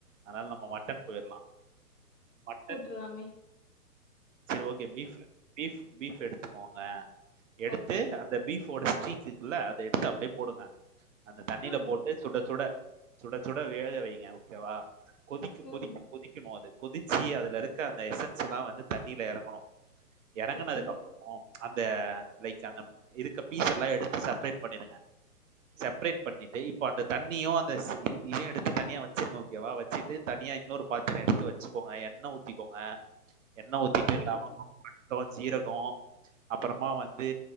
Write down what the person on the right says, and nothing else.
அதனால நம்ம மட்டன் போயிரலா மட்டன்
சரி ஓகே பீப் பீப் பீப் எடுத்துக்கோங்க எடுத்து
அந்த பீஃபோட ஸ்டீக் இருக்குல்ல அத எடுத்து அப்டியே போடுங்க அந்த தண்ணியில
போட்டு சுட சுட சுட சுட வேக வைங்க ஓகேவா கொதிக்க கொதிக்க
கொதி க்கணு அது கொதிச்சி அதுல இருக்க அந்த எசன்ஸ் ல்லா வந்து தண்ணியில எறங்கணு எறங்கனதுக்கு
அப்புறமா அந்த லைக்ஸ் அந்த இருக்கு பீஸ் எல்லா எடுத்து செப்ரேட் பண்ணிடுங்க செப்ரேட் பண்ணிட்டு இப்ப அந்த தண்ணியு அந்த சி இது இதையு எடுத்து தண்ணியா வச்சிருங்க ஓகேவா வச்சுட்டு தனியா இன்னொரு பாத்துரோ எடுத்து வச்சுக்கோங்க எண்ணெ ஊதிக்கோங்க எண்ணெ ஊத்திட்டு
லவங்கோ பட்டோ சீரகோ அப்புறமா வந்து